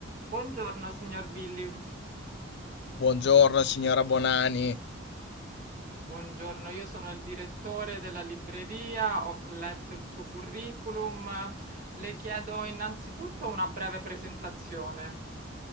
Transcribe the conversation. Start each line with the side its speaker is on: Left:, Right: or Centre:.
Right: Buongiorno signor Billy,
Left: Buongiorno signora Bonani,
Right: buongiorno, io sono il direttore della libreria, ho letto il suo curriculum, le chiedo innanzitutto una breve presentazione.